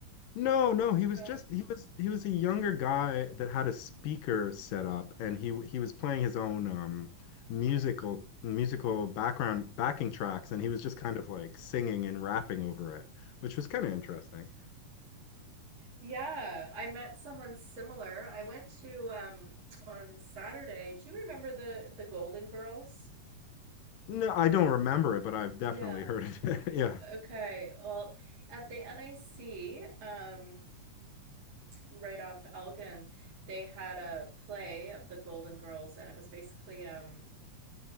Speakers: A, on the left; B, on the right.
A: No, no, he was
B: No.
A: just he was he was a younger guy that had a speaker set up and he he was playing his own um musical musical background backing tracks and he was just kind of like singing and rapping over it, which was kind of interesting.
B: Yeah, I met someone similar. I went to um on Saturday. Do you remember the the Golden Girls?
A: No, I don't remember it, but I've definitely
B: Yeah.
A: heard it. <laughs> Yeah.
B: Okay. Well, at the NIC, um, right off Elgin, they had a play of the Golden Girls, and it was basically um